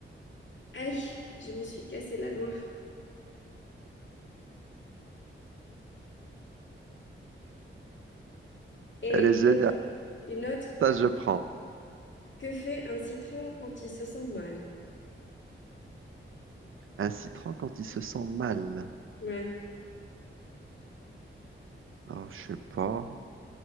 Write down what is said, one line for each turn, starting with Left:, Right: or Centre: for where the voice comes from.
Left: Aïe, je me suis cassé la noix. Et
Right: Elle est géniale.
Left: une autre,
Right: Ça, je prends.
Left: que fait un citron quand il se sent mal?
Right: Un citron quand il se sent mal.
Left: Ouais.
Right: Oh, je sais pas.